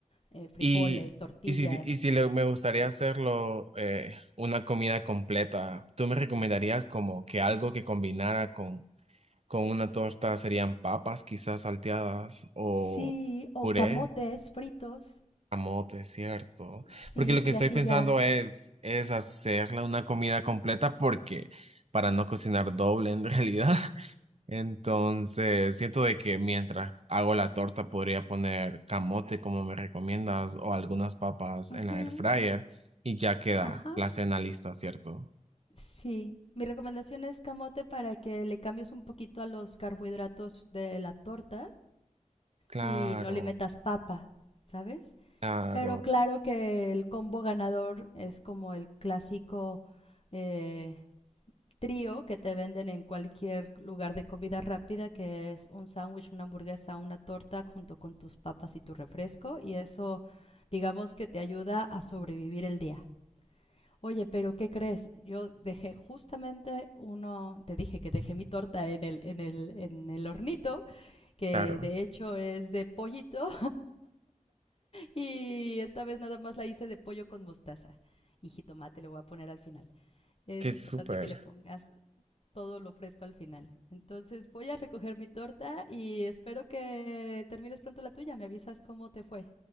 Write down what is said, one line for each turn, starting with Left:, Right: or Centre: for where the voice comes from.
Left: eh, frijoles,
Right: Y,
Left: tortillas.
Right: y si, y si le- me gustaría hacerlo eh, una comida completa, ¿tú me recomendarías como que algo que combinara Con una torta serían papas quizás salteadas o
Left: Sí, o
Right: puré,
Left: camotes fritos.
Right: camote, ¿cierto?
Left: Sí,
Right: Porque lo
Left: y
Right: que estoy
Left: así
Right: pensando
Left: ya.
Right: es, es hacerla una comida completa porque para no cocinar doble en realidad. <laughs> Entonces, siento de que mientras hago la torta podría poner camote como me recomiendas o algunas papas
Left: Ujú,
Right: en la air fryer y ya queda
Left: Ajá.
Right: la cena lista, ¿cierto?
Left: Sí. Mi recomendación es camote para que le cambies un poquito a los carbohidratos de la torta
Right: Claro,
Left: y no le metas papa, ¿sabes?
Right: claro,
Left: Pero claro que el combo ganador es como el clásico eh, trío que te venden en cualquier lugar de comida rápida, que es un sándwich, una hamburguesa, una torta junto con tus papas y tu refresco. Y eso, digamos que te ayuda a sobrevivir el día. Oye, pero ¿qué crees? Yo dejé justamente uno, te dije que dejé mi torta en el, en el, en el hornito, que
Right: claro.
Left: de hecho es de pollito y esta vez nada más la hice de pollo con mostaza y jitomate le voy a poner al final. Es
Right: Qué súper.
Left: importante que le pongas todo lo fresco al final. Entonces voy a recoger mi torta y espero que termines pronto la tuya. Me avisas cómo te fue.